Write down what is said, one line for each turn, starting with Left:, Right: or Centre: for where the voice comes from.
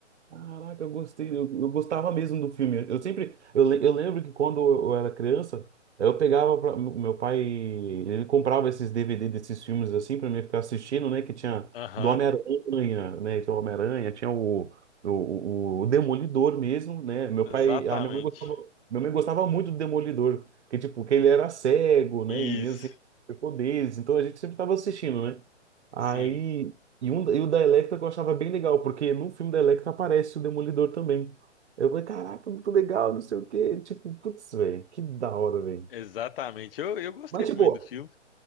Right: Caraca, eu gostei, eu, eu gostava mesmo do filme. Eu sempre, eu, le- eu lembro que quando eu era criança, eu pegava, pra, o meu pai, ele comprava esses DVD desses filmes assim pra mim ficar assistindo, né? Que tinha
Left: Aham,
Right: do Homem-Aranha, né? Tinha o Homem-Aranha, tinha o, o, o, o Demolidor mesmo, né? Meu
Left: exatamente.
Right: pai, a minha mãe gostava, minha mãe gostava muito do Demolidor, que tipo, que ele era cego, né?
Left: Isso,
Right: E mesmo assim, poderes, então a gente sempre tava assistindo, né? Aí
Left: sim,
Right: e, um, e o da Electra eu achava bem legal, porque no filme da Electra aparece o Demolidor também. Eu falei, caraca, muito legal, não sei o quê. Tipo, putz, velho, que da hora, velho.
Left: exatamente. Eu, eu gostei
Right: Mas,
Left: também
Right: tipo,
Left: do filme.